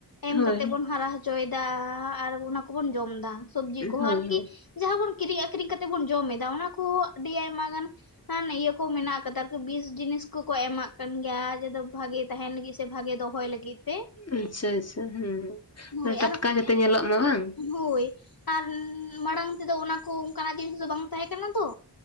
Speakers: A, on the left; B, on the left.
A: ᱮᱢ
B: ᱦᱳᱭ
A: ᱠᱟᱛᱮᱜ ᱵᱚᱱ ᱦᱟᱨᱟ ᱦᱚᱪᱚᱭᱮᱫᱟ ᱟᱨ ᱚᱱᱟ ᱠᱚᱵᱚᱱ ᱡᱚᱢ ᱮᱫᱟ ᱥᱚᱵᱡᱤ ᱠᱚᱦᱚᱸ
B: ᱦᱳᱭ
A: ᱟᱨᱠᱤ
B: ᱦᱳᱭ
A: ᱡᱟᱦᱟᱸ ᱵᱚᱱ ᱠᱤᱨᱤᱧ ᱟᱠᱷᱨᱤᱧ ᱠᱟᱛᱮ ᱵᱚᱱ ᱡᱚᱢ ᱮᱫᱟ ᱚᱱᱟ ᱠᱚᱦᱚᱸ ᱟᱹᱰᱤ ᱟᱭᱢᱟ ᱜᱟᱱ ᱤᱭᱟᱹ ᱠᱚ ᱢᱮᱱᱟᱜ ᱟᱠᱟᱫᱟ ᱟᱨᱠᱤ ᱵᱤᱥ ᱡᱤᱱᱤᱥ ᱠᱚ᱾ ᱠᱚ ᱮᱢᱟᱜ ᱠᱟᱱ ᱜᱮᱭᱟ ᱡᱮ ᱵᱷᱟᱜᱮ ᱛᱟᱦᱮᱱ ᱞᱟᱹᱜᱤᱫ ᱥᱮ ᱵᱷᱟᱜᱮ ᱫᱚᱦᱚᱭ ᱞᱟᱹᱜᱤᱫ ᱛᱮ
B: ᱟᱪᱪᱷᱟ ᱟᱪᱪᱷᱟ ᱦᱮᱸ ᱢᱟᱱᱮ
A: ᱦᱳᱭ
B: ᱴᱟᱴᱠᱟ
A: ᱟᱨ
B: ᱡᱟᱛᱮ ᱧᱮᱞᱚᱜ ᱢᱟ ᱵᱟᱝ
A: ᱦᱳᱭ ᱟᱨ ᱢᱟᱲᱟᱝ ᱛᱮᱫᱚ ᱚᱱᱟ ᱠᱚ ᱚᱱᱠᱟᱱᱟᱜ ᱡᱤᱱᱤᱥ ᱫᱚ ᱵᱟᱝ ᱛᱟᱦᱮᱸ ᱠᱟᱱᱟ ᱛᱚ